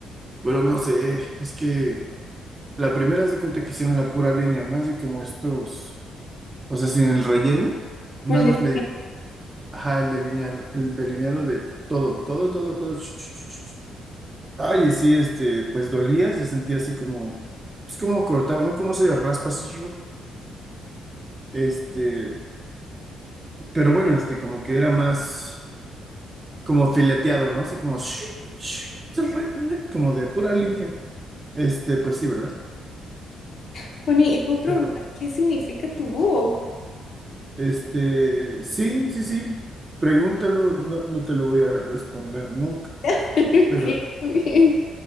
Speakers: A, on the right (about 25°); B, on the left (about 55°).
A: Bueno, no sé, es que la primera haz de cuenta que hicieron la pura línea, ¿no? Así como estos O sea, sin el relleno,
B: Como
A: nada
B: el
A: más
B: de
A: me digo, ajá, el delineado, el delineado de todo, todo, todo, todo. ch, ch, ch, ch. Ay, y sí, este, pues dolía, se sentía así como, es como cortaba, ¿no? Como se raspa así. Este, pero bueno, este, como que era más, como fileteado, ¿no? Así como, sh- sh- como de pura línea. Este, pues sí, ¿verdad?
B: Juani, ¿y puedo preguntar
A: Pero,
B: qué significa tu búho?
A: este, sí, sí, sí, pregúntalo, no, no te lo voy a responder nunca,
B: <laughs> Ok,
A: pero...
B: ok.